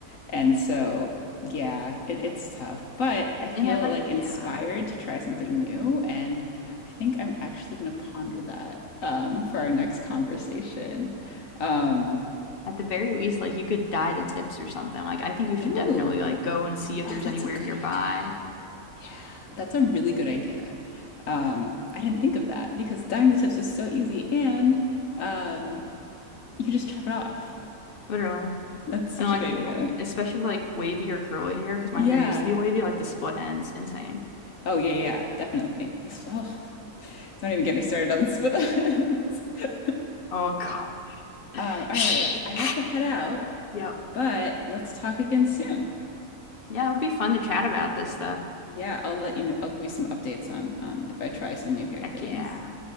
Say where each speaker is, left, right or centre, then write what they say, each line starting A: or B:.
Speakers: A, on the left; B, on the left.
A: And so, yeah, it, it's tough, but I feel
B: And I like,
A: like inspired
B: yeah.
A: to try something new, and I think I'm actually gonna ponder that um for our next conversation. Um,
B: At the very least, like you could dye the tips or something. Like I think you should
A: ooh,
B: definitely like go and see if
A: oh,
B: there's
A: that's
B: anywhere
A: a good
B: nearby.
A: idea. Yeah, that's a really good idea. Um, I didn't think of that because dyeing the tips is so easy and um. You could just chop it off.
B: Literally.
A: That's such
B: And like
A: a good idea.
B: you, especially with like wavy or curly hair, because my
A: Yeah.
B: hair used to be wavy, like the split ends, insane.
A: Oh yeah, yeah, definitely. This oh, don't even get me started on the split ends. <laughs>
B: Oh God.
A: Um, all
B: <laughs>
A: right, I have to head out,
B: Yep.
A: but let's talk again soon.
B: Yeah, it would be fun to chat about this stuff.
A: Yeah, I'll let you know. I'll give you some updates on on if I try some new hair
B: Heck
A: things.
B: yeah.